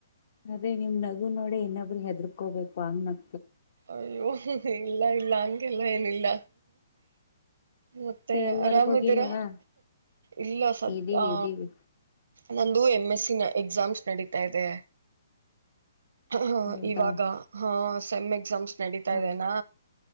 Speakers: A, on the left; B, on the right.
A: ಅದೇ ನಿಮ್ ನಗು ನೋಡ ಇನ ಹೆದರ್ಕೋಬೇಕು ಅನ್ನ
B: ಅಯ್ಯೋ ಇಲ್ಲ ಇಲ್ಲ ಅಂಗಲ್ಲ ಏನ ಇಲ್ಲ ಮತ್ತೆ
A: ಎಲ್ವರ್ಗ
B: ಅರಾಮ್ದೀರಾ
A: ಹೋಗಿಲ್ವಾ
B: ಇಲ್ಲ ಸದ
A: ಇದೀವಿ
B: ಆ
A: ಇದೀವಿ
B: ನಂದು ಎಂ್ ಎಸ್ಸ ನ ಎಕ್ಸಾಮ್ಸ್ ನಡೀತಾ ಇದೆ ಹ
A: ಹೌದಾ
B: ಇವಾಗ ಹ ಸಮ್ಯ ಸಂಸ್ ನಡೀತಾ್ದೇನಾ
A: ಹ